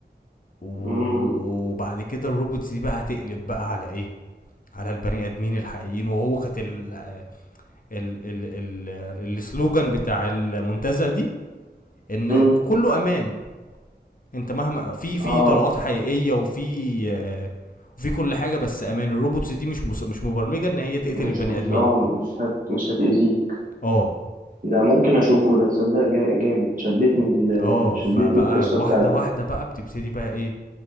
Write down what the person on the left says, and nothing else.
وبعد
كده الروبوتس دي بقى هتقلب بقى على ايه على البني ادمين الحقيقيين وهو كانت ال- ال ال ال السلوجان بتاع المنتزه دي ان
كله امان انت مهما في في
طلقات حقيقيه وفي آه، وفي كل حاجه بس امان الروبوتس دي مش مس- مش مبرمجه ان هي تقتل
البني
ادمين
اه
اه
فبقى
واحده
واحده بقى بتبتدي بقى ايه